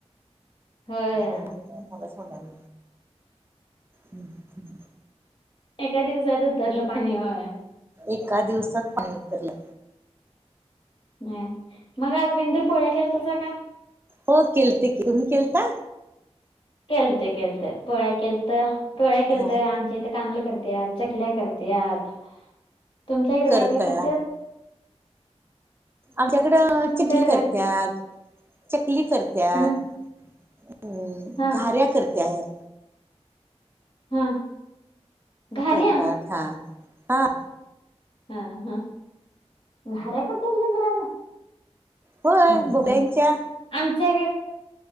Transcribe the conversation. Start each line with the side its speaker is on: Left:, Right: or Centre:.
Left: होय
Right: कट बघ मला सलाग ह <inaudible>
Left: एका दिवसात उतरलं पाणी होय
Right: एका दिवसात पाणी उतरलं.
Left: नाही मग आज बंदुर पोळ्या केला तसा का.
Right: हो केलते की तुम्ही केलता.
Left: केळतं केळतं पोळ्या केलंत पोळ्या केलत
Right: हा
Left: आमच्या इथ कांनुल करत्यात. चकल्या करत्यात, तुमच्याकडे
Right: करताय
Left: काय काय करतात.
Right: आमच्याकडं
Left: तुमच्याकडे
Right: चकली
Left: काय
Right: करत्यात चकली करत्यात.
Left: हम्म
Right: अ
Left: हा
Right: घऱ्या करतात.
Left: हा घाऱ्या
Right: करलतात हा हा.
Left: हा हा घार्या करतात बेंद्रात. होम
Right: होय भोपळ्यांच्या
Left: ह आमच्या इकडे